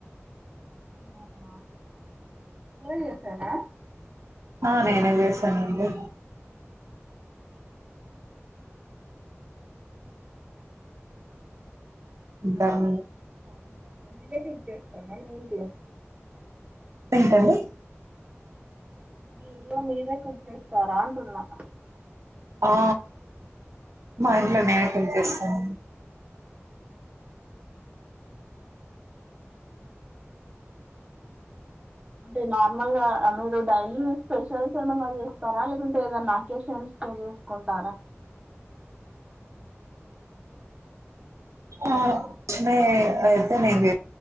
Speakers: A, on the right; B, on the right.
A: అవునా మీరే చేసారా
B: ఆ నేనే చేశానండి డర్ము
A: <inaudible> <inaudible>
B: ఏంటండి
A: మీర ఇల్లో మీరే కుక్ చేస్తారా అంటున్నా
B: ఆ మా ఇంట్లో నేనే కుక్ చేస్తాను
A: అంటే నార్మల్గా మీరు డైలీ స్పెషల్స్ ఏమన్నా చే స్తారా లేకుంటే ఏదన్నా టేషన్ కే చేసుకుంటారా
B: ఆ వచ్చినయి అయితే నేనుచే